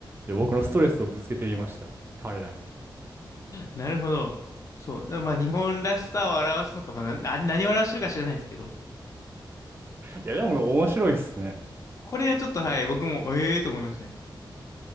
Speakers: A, on the right (about 25°); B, on the left (about 40°).
A: で、僕のストレスをぶつけてみました。彼らに。<laughs>
B: なるほど。そう。だからまあ日本らしさを表すのか、まあ、な、あ何を表してるか知らないですけど。
A: いや、でも面白いっすね。
B: これはちょっとはい、僕も、ええーと思いましたね。